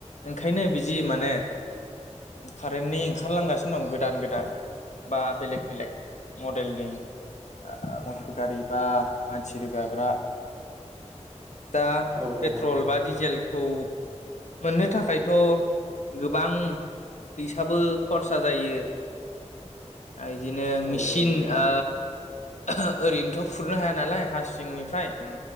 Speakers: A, on the left; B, on the right.
A: ओंखायनो बिदि माने कारेन्टनि ओंखारलांगासिनो दं गोदान गोदान बा बेलेग बेलेग मडेलनि ओ ओम गारिबा मानसि रोगाग्रा दा
B: औ नंगौ
A: पेट्रल
B: नोंथां औ
A: बा डिजेलखौ मोननो थाखायथ' गोबां फैसाबो खरसा जायो ओइदिनो
B: औ
A: मिसिनि
B: जायो नोंथां
A: ओ ओहो ओरैनोथ' खुरनो हाया नालाय हा सिंनिफ्राय ओम